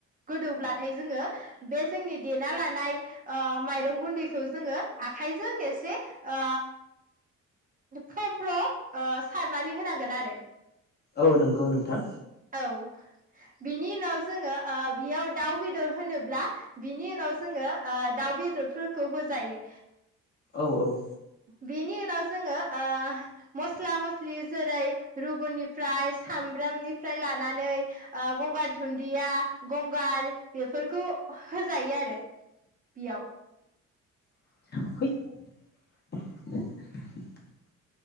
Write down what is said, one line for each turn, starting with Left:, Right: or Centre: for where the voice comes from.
Right: गोदौब्लाथाय जोङो बे जोंनि देना लानाय ओ माइ रं गुन्दैखौ जोङो आखाइजों एसे ओ फ्र फ्र ओ सारनानै होनांगोन आरो
Left: औ नंगौ नोंथां
Right: औ बिनि उनाव जोङो ओ बेयाव दाउ बेदर होनोब्ला बिनि उनाव जोङो ओ दाउ बेदरफोरखौ होजायो
Left: औ औ
Right: बेनि उनाव जोङो ओ मस्ला मस्लि जेरै रुगुनिफ्राय सामब्रामनि फ्राय लानानै ओ गंगार दुन्दिया गंगार बेफोरखौ होजायो आरो बेयाव
Left: हैद <inaudible>